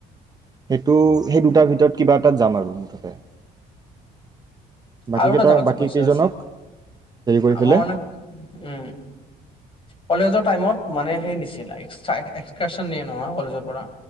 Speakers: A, on the right; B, on the left.
A: সেইটো সেই দুটাৰ ভিতৰত কিবা এটাত যাম আৰু মুঠতে। বাকীকেইটা
B: আৰুটা জাকাতে
A: বাকী
B: পইচা
A: কেইজনক
B: আছে
A: হেৰি কৰি
B: আমাৰ
A: পেলাই
B: অ' উম কলেজৰ টাইমত মানে সেই নিচিনা এক্সকাৰচন নিয়ে নহয় কলেজৰ পৰা।